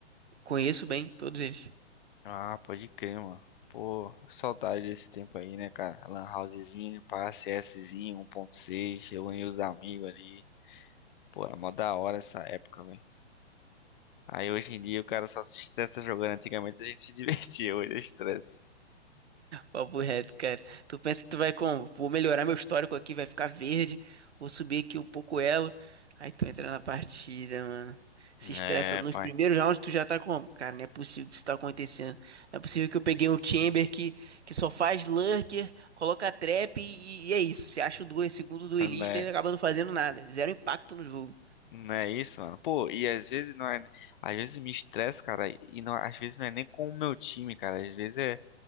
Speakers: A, on the right (about 70°); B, on the left (about 45°).
A: Conheço bem todos eles.
B: Ah, pode crer, mano. Pô, saudade desse tempo aí, né, cara? Lan housezinho, pá, CSzinho, um ponto seis, reunir os amigos ali. Pô, era mó da hora essa época, velho. Aí hoje em dia o cara só se estressa jogando. Antigamente a gente se <laughs> divertia, hoje é estresse.
A: Papo reto, cara. Tu pensa que tu vai como? Vou melhorar meu histórico aqui, vai ficar verde. Vou subir aqui um pouco elo. Aí tu entra na partida, mano. Se
B: É,
A: estressa nos
B: pai.
A: primeiros rounds, tu já tá como? Cara, não é possível que isso tá acontecendo. Não é possível que eu peguei um Chamber que, que só faz lurker, coloca trap e, e é isso. Você acha o duel, segundo duelista
B: Não é,
A: e acaba não fazendo nada. Zero impacto no jogo.
B: não é isso, mano. Pô, e às vezes não é. Às vezes me estresso, cara, e não, às vezes não é nem com o meu time, cara. Às vezes é.